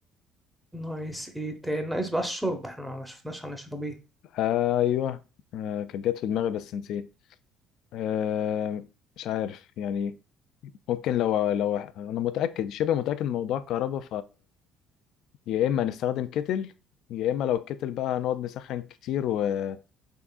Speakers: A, in the centre; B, on the left (about 70°).
A: ناقص ايه تاني ناقص بقى الشرب احنا ما شفناش هنشرب ايه
B: آه ايوه آه كانت جت في دماغي بس نسيت آه مش عارف يعني ممكن لو لو انا متأكد شبه متأكد من موضوع الكهرباء يا اما نستخدم كتل يا اما لو الكتل بقى نقعد نسخن كتير وفاهم